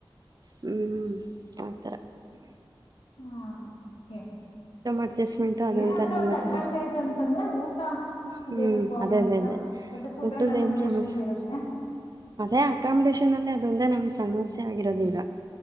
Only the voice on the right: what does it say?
ಹ್ಮ ಹ್ಮ ಆಥರ
ಅಡ್ಜಸ್ಟ್ಮೆಂಟು ಅದೊಂಥರ
ಅನ್ನೋ
ಥರ
ಹ್ಞೂ
ಅದೇ ಅದೇ
ಅದೇ
ಊಟದ್ದೇನು
ಸಮಸ್ಯೆ
ಅದೇ ಅಕಾಮಿಡೇಶನ್ ಅಲ್ಲಿ ಅದೊಂದೇ ನಮಗ ಸಮಸ್ಯೆ ಆಗಿರೋದ ಈಗ.